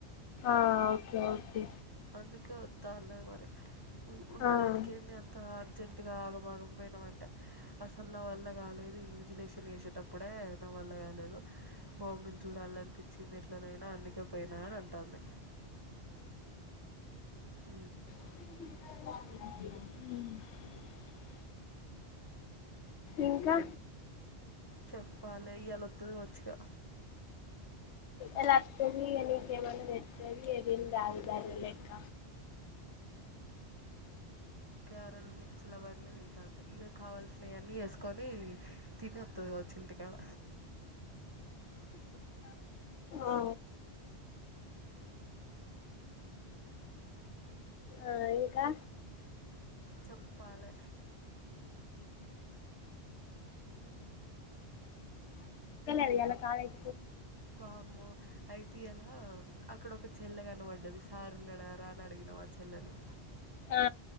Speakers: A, on the left; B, on the right.
A: ఆ ఓకే ఓకే
B: అందుకే వత్తా అన్నది మరి ఉయ్ ఉండడానికి
A: ఆ
B: ఏంది అంత అర్జెంట్ ఇంకా ఆగమాగం పోయినాం అంట అసలు నా వల్ల కాలేదు ఇల్లు చూ రిలేషన్ చేసేటప్పుడే నా వల్ల కాలేదు మామ్మని చూడాలనిపించింది ఎట్లనైనా అందుకేపోయినా అని అంటుంది హ
A: అ ఇంకా
B: చెప్పాలి ఇయలొతది కావచ్చిగా
A: అలా అతది నికెమన ఎతది ఇగ తిని తాగు బరలక్క
B: కేరళ మీ చిలవారిని తింటంది ఇది కావల్సినవివన్నీ వేసుకొని తినత్తది వ చిింటకాాల
A: ఆ ఆ ఇంకా
B: చెప్పాలి
A: అ అాల కాలేజ
B: బామ అయితే ఎలా అక్కడ ఒక చెల్ల కన పడ్డది సార్ నడారా అని అడిగినాం ఆ చెల్లని
A: ఆ